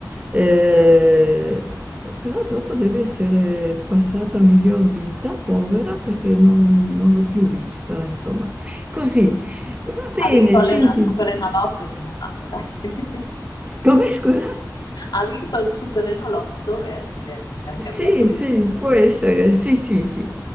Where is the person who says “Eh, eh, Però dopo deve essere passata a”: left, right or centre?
Right